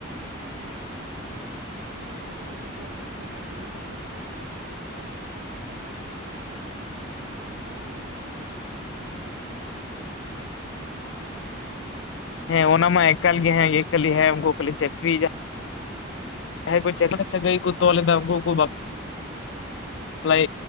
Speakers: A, on the right; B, on the left.
A: ᱦᱮᱸ ᱟᱨ ᱡᱟᱦᱟᱸᱭᱟᱜ ᱠᱟᱹᱢᱤ ᱵᱟᱹᱱᱩᱜ ᱛᱟᱭᱟ ᱩᱱᱟᱹᱜ ᱪᱮᱦᱨᱟ ᱠᱩᱲᱤ ᱛᱟᱦᱚᱞᱮ ᱪᱮᱫᱟᱜ ᱠᱚ ᱵᱟᱠᱚ ᱵᱟᱯᱞᱟᱭ ᱠᱟᱱᱟ ᱥᱟᱱᱛᱟᱲ ᱠᱩᱲᱤ ᱜᱮ ᱢᱟᱞᱟᱹᱭ ᱢᱮ ᱥᱮ ᱵᱤᱱᱟᱹ ᱪᱟᱹᱠᱨᱤ ᱠᱩᱲᱤ ᱜᱮ ᱦᱮᱸ ᱥᱮ ᱵᱟᱝ
B: ᱦᱮᱸ ᱚᱱᱟ ᱢᱟ ᱮᱠᱟᱞ ᱜᱮ ᱦᱮᱸ ᱠᱷᱟᱹᱞᱤ ᱦᱮᱸ ᱩᱱᱠᱩ ᱠᱷᱟᱹᱞᱤ ᱪᱟᱹᱠᱨᱤᱭ ᱠᱟᱜᱼᱼ ᱡᱟᱦᱟᱸᱭ ᱠᱚ ᱪᱬᱮ ᱥᱟᱹᱜᱟᱹᱭ ᱠᱚ ᱛᱚᱞ ᱮᱫᱟ ᱩᱱᱠᱩ ᱠᱚ ᱵᱟᱼᱼ ᱞᱟᱹᱭ